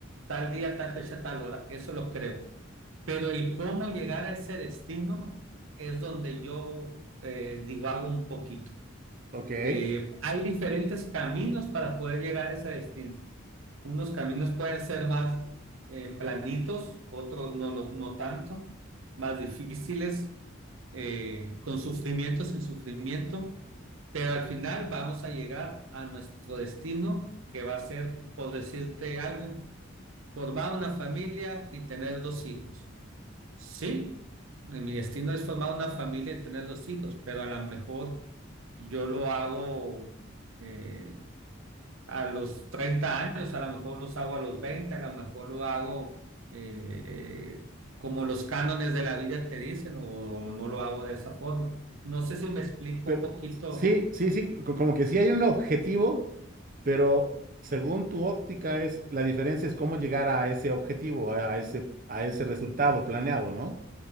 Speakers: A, on the right (about 80°); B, on the right (about 40°).
A: tal día, tal fecha, tal hora. Eso lo creo. Pero el cómo llegar a ese destino es donde yo eh, divago un poquito.
B: ok.
A: Eh, hay diferentes caminos para poder llegar a ese destino. Unos caminos pueden ser más eh, planitos, otros no, lo- no tanto, más difíciles eh, con sufrimiento, sin sufrimiento, pero al final vamos a llegar a nuestro destino, que va a ser, por decirte algo, formar una familia y tener dos hijos. Sí, mi destino es formar una familia y tener dos hijos, pero a lo mejor yo lo hago eh, a los 30 años, a lo mejor los hago a los veinte a lo mejor lo hago eh, como los cánones de la vida te dicen o no lo hago de esa forma. No sé si me explico
B: Pero
A: un poquito.
B: sí, sí, sí, co- como que sí hay un objetivo, pero según tu óptica es, la diferencia es cómo llegar a ese objetivo, a, a ese, a ese resultado planeado, ¿no?